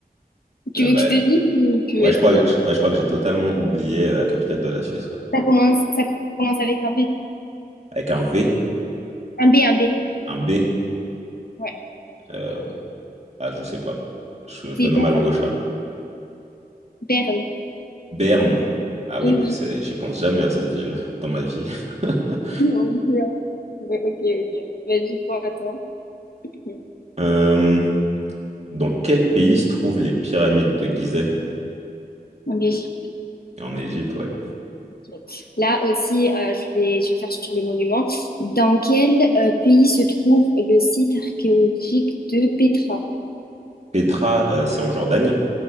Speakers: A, on the left (about 70°); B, on the right (about 40°).
A: Tu
B: Euh,
A: veux
B: bah,
A: que je te dise ou tu
B: ouais,
A: veux essayer?
B: je crois, que- je- ouais, je crois que j'ai totalement oublié euh, la capitale de la Suisse. ouais.
A: Ça commence, ça commence avec un B.
B: Avec un V,
A: Un B, un B.
B: un B.
A: Ouais.
B: euh, ah, je sais pas. Je, je
A: C'est
B: donne
A: Berne.
B: ma langue au chat.
A: Berne.
B: Berne. Ah oui,
A: Eh
B: mais
A: oui.
B: c'est, j'y pense jamais à cette ville dans ma vie. <laughs>
A: Oui, on est sûr. Ouais, ok, ok. Mais du coup, attends. Ok.
B: Euh, dans quel pays se trouvent les pyramides de Gizeh?
A: En Belgique.
B: En Égypte, ouais.
A: ok. Là aussi, euh, je vais, je vais faire sur les monuments. Dans quel euh, pays se trouve le site archéologique de Petra?
B: Petra, euh, c'est en Jordanie?